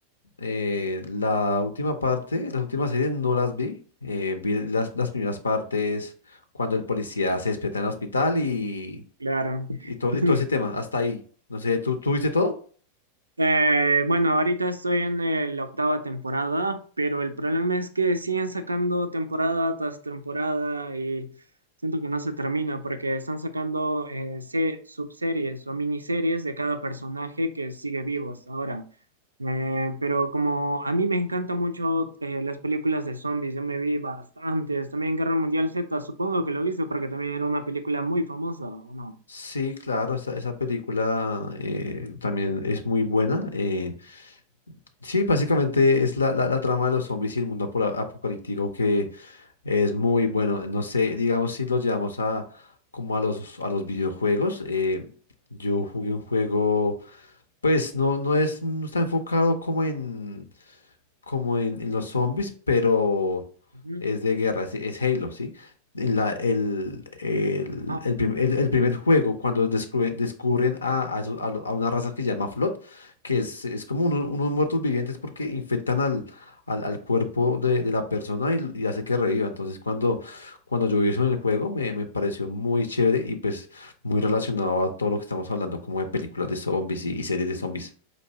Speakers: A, on the left (about 75°); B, on the right (about 80°).
A: Eh, la última parte, las últimas series no las vi. Eh, vi las, las primeras partes cuando el policía se despierta en el hospital y,
B: Claro.
A: y, to-
B: <laughs>
A: y todo ese tema, hasta ahí. No sé, ¿tú, tú viste todo?
B: Eh, bueno, ahorita estoy en el- la octava temporada, pero el problema es que siguen sacando temporada tras temporada y siento que no se termina porque están sacando eh, se- subseries o miniseries de cada personaje que sigue vivo hasta ahora. Eh, pero como a mí me encantan mucho eh, las películas de zombies, yo me vi bastantes, también Guerra Mundial Z, supongo que lo viste porque también era una película muy famosa, ¿o no?
A: Sí, claro, esa, esa película eh, también es muy buena. eh, sí, básicamente es la, la, la trama de los zombies y el mundo apola- apocalíptico que es muy bueno. No sé, digamos si lo llevamos a como a los, a los videojuegos. eh, yo jugué un juego. Pues no, no es, no está enfocado como en, como en, en los zombies, pero
B: Ujú.
A: es de guerra, es, es Halo, ¿sí? En la- el, el,
B: Ah,
A: el prim- el- el primer juego, cuando descubren, descubren a, a eso- a lo- a una raza que se llama Flood, que es, es como uno- unos muertos vivientes porque infectan al, al, al cuerpo de, de la persona y, y hace que reviva. Entonces, cuando, cuando yo vi eso en el juego, me, me pareció muy chévere y pues muy relacionado a todo lo que estamos hablando, como de películas de zombies y y series de zombies.